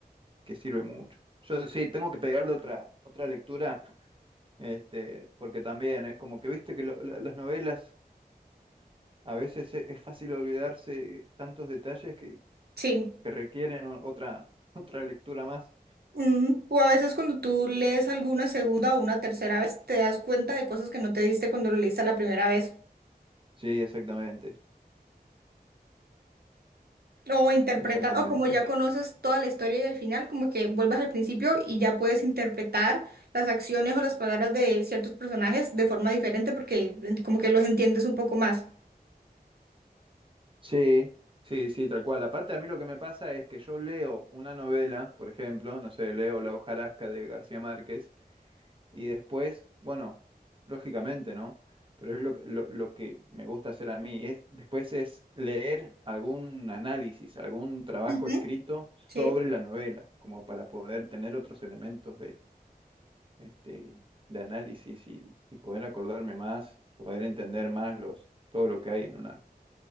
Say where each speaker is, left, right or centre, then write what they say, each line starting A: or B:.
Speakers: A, on the right; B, on the right.
A: que sirve mucho. Yo sí, tengo que pegarle otra, otra lectura, este, porque también es como que viste que lo- la- las novelas a veces e- es, fácil olvidarse tantos detalles que,
B: Sí.
A: que requieren o- otra, <laughs> otra lectura más.
B: ujú. O a veces cuando tú lees alguna segunda o una tercera vez, te das cuenta de cosas que no te diste cuando lo leíste la primera vez.
A: Sí, exactamente,
B: O interpretar,
A: exactamente.
B: o como ya conoces toda la historia y al final, como que vuelves al principio y ya puedes interpretar las acciones o las palabras de ciertos personajes de forma diferente porque en- como que los entiendes un poco más.
A: Sí, sí, sí, tal cual. Aparte, a mí lo que me pasa es que yo leo una novela, por ejemplo, no sé, leo La hojarasca de García Márquez, y después, bueno, lógicamente, ¿no? Pero es lo, que- lo, lo que me gusta hacer a mí, es después es leer algún análisis, algún trabajo
B: Ujú,
A: escrito
B: Sí.
A: sobre la novela, como para poder tener otros elementos de, este, de análisis y, y poder acordarme más, poder entender más los, todo lo que hay en una,